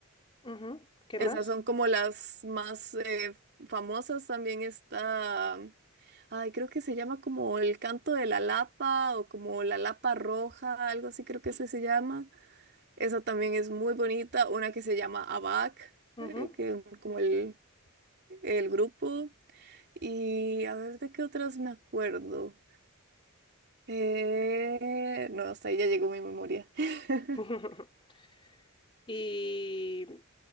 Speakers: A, on the left; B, on the right.
A: Ujú, ¿Qué
B: Esas
A: más?
B: son como las más eh, famosas. También está, ay, creo que se llama como El Canto de la Lapa o como La Lapa Roja, algo así creo que ese se llama. Esa también es muy bonita, una que se llama ABAC,
A: Ujú.
B: eh, que como el, el grupo. Y a ver de qué otras me acuerdo. Eh, no, hasta ahí ya llegó mi memoria. <laughs>
A: <laughs> Y